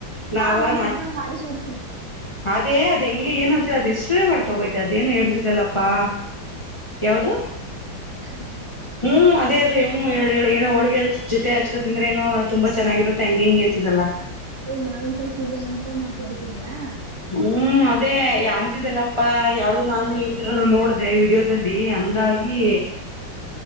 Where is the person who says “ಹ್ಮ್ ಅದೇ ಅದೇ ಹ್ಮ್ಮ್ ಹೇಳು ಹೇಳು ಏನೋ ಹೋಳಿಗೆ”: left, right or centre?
Left